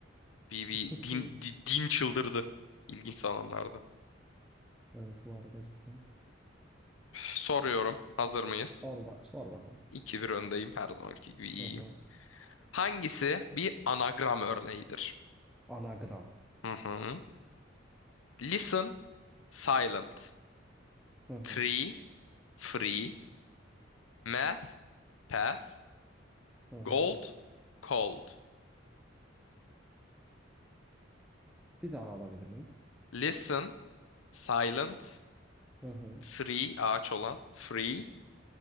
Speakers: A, on the left; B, in the centre.
A: Bir, bir
B: <laughs>
A: din,
B: Hı.
A: di- din çıldırdı. İlginç zamanlarda.
B: Evet bu arada cidden.
A: Soruyorum, hazır mıyız?
B: Sor, ba- sor bakalım.
A: 2 bir öndeyim, her zamanki gibi iyiyim.
B: Hı hı.
A: Hangisi bir anagram örneğidir?
B: Anagram.
A: Hı hı. Listen, silent,
B: Hı hı.
A: tree, free, math, path,
B: Hı hı.
A: Gold, cold.
B: Bir daha alabilir miyim?
A: Listen, silent.
B: Hı hı.
A: Free, ağaç olan. Free.